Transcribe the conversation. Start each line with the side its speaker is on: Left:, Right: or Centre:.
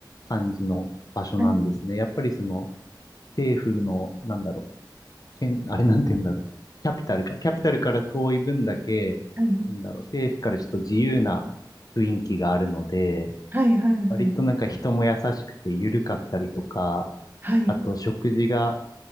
Left: 感じの場所なんですね。
Right: はい、
Left: やっぱりその、政府の、なんだろう、けんあれなんて言うんだろう、キャピタルか。キャピタルから遠い分だけ、
Right: は
Left: なんだろう、政府からちょっと自由な雰囲気があるので、
Right: い、はい、はい。
Left: 割となんか人も優しくて緩かったりとか、
Right: はい
Left: あと食事が、